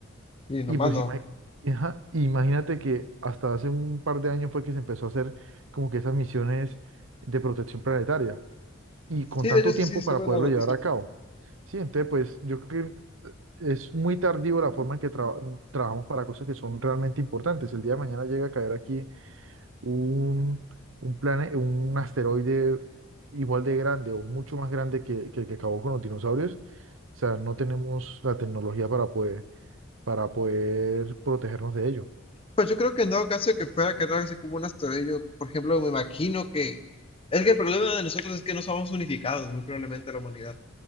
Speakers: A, on the left; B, on the right.
A: Y nomás
B: Y pues
A: no.
B: ima- ajá, imagínate que hasta hace un par de años fue que se empezó a hacer como que esas misiones de protección planetaria y
A: Sí,
B: con tanto
A: de hecho sí,
B: tiempo
A: sí, sobre
B: para poderlo
A: las noticias.
B: llevar a cabo. Sí, entonces pues yo creo que es muy tardío la forma en que tra- trabajamos para cosas que son realmente importantes. El día de mañana llega a caer aquí un, un, plane- un asteroide igual de grande o mucho más grande que, que el que acabó con los dinosaurios, o sea, no tenemos la tecnología para poder, para poder protegernos de ello.
A: Pues yo creo que en dado caso de que fuera a quedar así como un asteroide, por ejemplo, me imagino que... Es que el problema de nosotros es que no somos unificados, muy probablemente la humanidad.